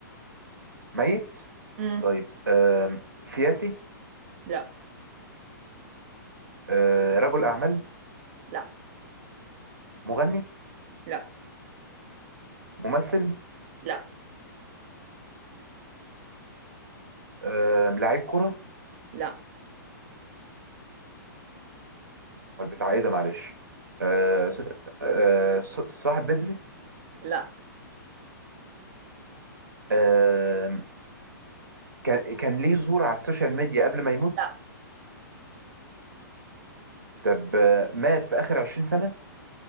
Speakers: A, on the right; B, on the right.
A: ميت
B: مم.
A: طيب أم سياسي
B: لا
A: أه رجل أعمال
B: لا
A: مغني
B: لا
A: ممثل
B: لا
A: أم لاعب كرة
B: لا
A: امال بتاع ايه ده معلش أه س- أه ص- صاحب بيزنس
B: لا
A: أم، كان كان ليه ظهور على السوشيال ميديا قبل ما يموت
B: لا
A: طب آه، مات في آخر 20 سنة